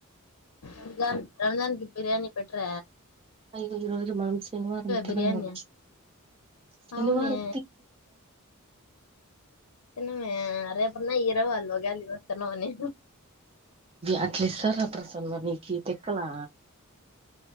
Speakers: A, on the left; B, on the right.
A: రంజాన్ రంజాకి ప్రయాణి పెట్టర
B: అయ ఈరోోజు మనసేను ఆరంించన్నా
A: బిర్యానీ
B: శనివారం
A: అవునే
B: <inaudible>
A: తన్నమే అరే ఎపుడున్న ఈరవ అల్ వగాలి తన్నా మని
B: అట్లే సరా ప్రసంగ నీనికి తెక్కలా